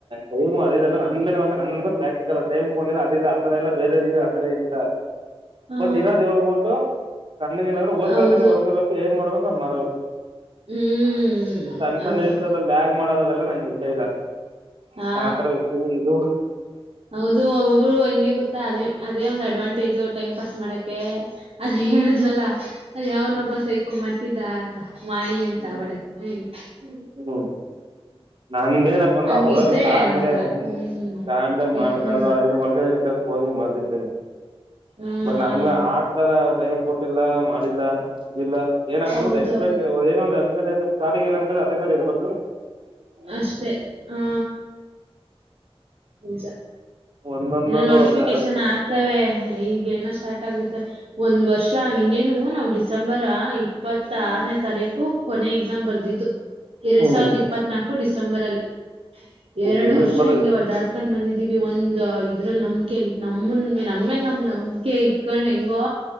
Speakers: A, on the right (about 55°); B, on the right (about 70°).
A: ಟೈಮು ಅದದೆಲ್ಲ ನಂದ ಮತ್ತ ನನ್ನ ಪ್ರಾಕ್ಟಿಕಲ್ ಟೈಮ್ೊಂಡಿಲ್ಲ ಅದಲ್ಲ ಆಥರ ಎಲ್ಲ. ಬೇದರ್ ಇದಾರ ಆತರ ಏನಿದೆ
B: ಹ
A: ಬಟ್ ಇರೋದು ಏಳ್ಬೋಟ್ಟು. ಕಣ್ಣಗ ಏನಾದ್ರೂ ಓದ್ಗಾಟಮ
B: ಹೌದು
A: ಓದ್ಕೋಬೇಕು ಏನ್ ಮಾಡ್ಬೇಕು ಅದ್ ಮಾಡ್ಬೇಕು.
B: ಹ್ಮ್
A: ಸಣ್ಣ ಸಣ್ಣ
B: ಹೌದು
A: ದಿವಸದಲ್ಲಿ ಯ್ಯಾಗ ಮಾಡೋದದೆಲ್ಲ ನಂಗೆ ಇಷ್ಟ ಇಲ್ಲ.
B: ಹಾ
A: ನಾ ತರ ವ್ಯಕ್ತಿ ಇದು.
B: ಹೌದು ಒಬ್ಬೊಬ್ರು ಹೆಂಗೆ ಗೊತ್ತಾ ಅದೇ ಅದೇ ಒಂದು ಅಡ್ವಾಂಟ. ೇಜು ಟೈಮ್ ಪಾಸ್ ಮಾಡಕೆ ಅದು ಹೇಳುದ್ನಲ್ಲ ಅ ಯಾವನ
A: ಹ್ಮ್
B: ಒಬ್ಬ ಸೈಕೋಗ್ ಮಾಡ್ತ. ಿದ ಅಂತ. ಮಾಯಿ ಅಂತ
A: ಹ್ಮ್
B: ಅವಳೆ ಹ್ಮ್
A: ಹ್ಮ ಹ್ಮ ನಂದೇನಪ್ಪ.
B: ಹಂಗಿದ್ರೆ
A: ಅವ್ಳಾಗ ಕಾಮಿಡ
B: ಒಂಥರ ಹ್ಮ್
A: ಕಿಡ
B: ಹ್ಮ್
A: ಮಾಡ್ಕ
B: ಹ್ಮ್ ಹ್ಮ್
A: ಅದ ಮಾಡ್ಕ. ಹ ಮಾಡ್ತಿದಿ
B: ಹ್ಮ್
A: ಬಟ್ ನಮ್ಗೆ ಆತರ ಟೈಮ್ ಕೊಟ್ಟಿಲ್ಲ ಮಾಡಿದ. ಇಲ್ಲ ಏನಪ್ಪ
B: ಹೌದೌದು
A: ಅಂದ್ರ ಎಷ್ಟಸ್ ಬ. ಸ್ಟಾರ್ಟಿಂಗ್ ಏನಂದರೆ ಅದೇ ತರ ಇರಬೇಕು.
B: ಅಷ್ಟೇ ಹಾ ನಿಜ.
A: ಒಂದೊಂದಲ್ಲ
B: ಏನ ನೋಟಿಫಿಕೇಶನ್
A: ಒಂದ
B: ಆಗ್ತವೆ ಈಗ ಏನ ಸ್ಟಾರ್ಟ್ ಆಗುತ್ತೆ ಒಂದ್ ವರ್ಷ ಇನ್ನೇನು. ಹು ನಾವು ಡಿಸೆಂಬರ್. ಇಪ್ಪತ್ತ ಆಾರನೇ ತಾರೀಕು ಕೊನೆ ಎಕ್ಸಾಮ್ ಬರೆದಿದ್ದು ಎರಡ್
A: ಹ್ಮ್
B: ಸಾವಿರದ ಇಪ್ಪತ್ನಾಲ್ಕು ಡಿಸೆಂಬರ್ ಅಲ್ಲಿ. ಎರಡು
A: ಇನ್ನು
B: ವರ್ಷ
A: ಇಪ್ಪತ್ತೈದು
B: ಹಿಂಗೆ ಒದಡಿಕೊಂಡು ಬಂದಿದ್ದೀವಿ ಒಂದ ಇದ್ರಲ್ಲಿ ನಂಬಿಕೆ ನಮುನ್ ನಮ್ಮಮೇಲೆ ನಮಗೆ ನಂಬಿಕೆ ಇಟ್ಕೊಂಡ್ ಹೆಂಗೋ